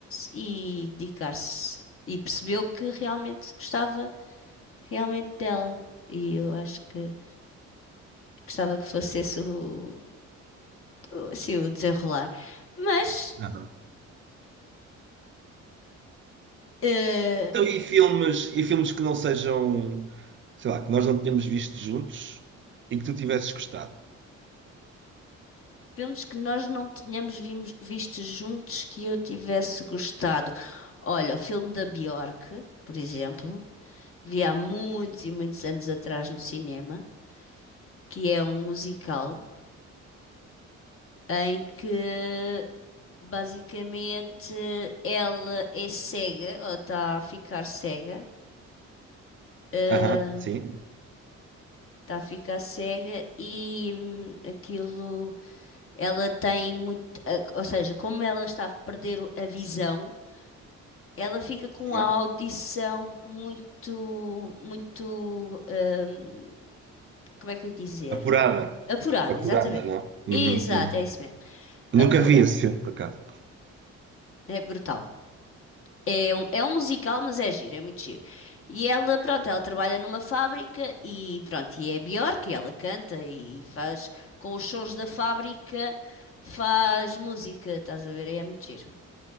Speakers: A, on the left (about 45°); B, on the right (about 40°).
A: e, e dedicar-se. E percebeu que realmente gostava realmente dela. E eu acho que gostava que fosse esse o, o- o- sim, o desenrolar. Mas
B: Ah, não.
A: eh,
B: Então, e filmes, e filmes que não sejam, sei lá, que nós não tenhamos visto juntos e que tu tivesses gostado?
A: filmes que nós não tínhamos vimos- visto juntos que eu tivesse gostado. Olha, o filme da Bjork, por exemplo, vi há muitos e muitos anos atrás no cinema, que é um musical em que basicamente ela é cega ou está a ficar cega. eh,
B: Aham, sim.
A: Está a ficar cega e hum, aquilo Ela tem muito, eh, ou seja, como ela está a perder a visão, ela fica com
B: Aham.
A: a audição muito, muito, hum, como é que eu ia dizer?
B: Apurada.
A: Apurada,
B: Apurada,
A: exatamente.
B: não? Uhum,
A: Exato,
B: uhum.
A: é isso mesmo. Apurada.
B: Nunca vi esse filme, por acaso.
A: É brutal. É um, é um musical, mas é giro, é muito giro. E ela, pronto, ela trabalha numa fábrica e pronto, e é Björk, e ela canta e faz com os sons da fábrica, faz música, estás a ver? É muito giro.